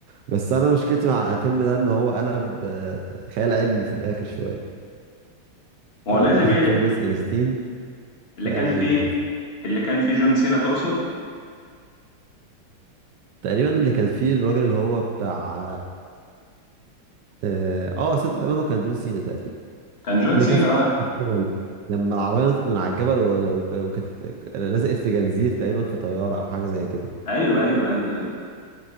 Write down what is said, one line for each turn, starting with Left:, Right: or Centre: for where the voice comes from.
Right: بس انا مشكلتي مع الفيلم ده ان هو قلب آه، خيال علمي في الاخر شويه
Left: ما
Right: يعني
Left: هو لازم
Right: اخر
Left: يقلب
Right: كام جزء نازلين
Left: اللي
Right: خيال
Left: كان
Right: علمي
Left: فيه
Right: حرفيا
Left: اللي كان فيه جون سينا تقصد
Right: تقريبا اللي كان فيه الراجل اللي هو بتاع اه آه، صدق تقريبا هو كان جون سينا تقريبا
Left: كان جون
Right: اللي
Left: سينا
Right: كان فيه
Left: اه
Right: الجبل. لما العربية نطت من على الجبل و- وك- وكانت لزقت في جنزير تقريبا في طيارة أو حاجة زي كده
Left: ايوه ايوه ايوه ايوه